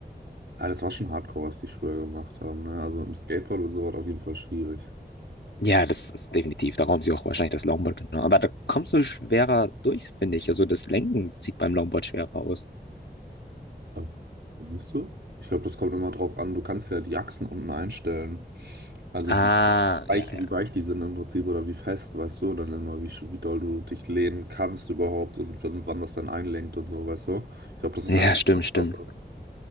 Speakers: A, on the right; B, on the left.
A: Ah, das war schon Hardcore, was die früher gemacht haben, ne? Also im Skateboard oder so war das auf jeden Fall schwierig.
B: Ja, das ist definitiv. Darum haben sie auch wahrscheinlich das Longboard genommen. Aber da kommst du schwerer durch, finde ich. Also das Lenken sieht beim Longboard schwerer aus.
A: Aber, Bist du? Ich glaube, das kommt immer drauf an. Du kannst ja die Achsen unten einstellen. Also
B: Ah,
A: wie weich,
B: ja, ja.
A: wie weich die sind im Prinzip oder wie fest, weißt du, dann immer, wie, sch- wie doll du dich lehnen kannst überhaupt und wann wann das dann einlenkt und so, weißt du? Ich glaube, das ist
B: Ja,
A: dann Geschmackssache.
B: stimmt, stimmt.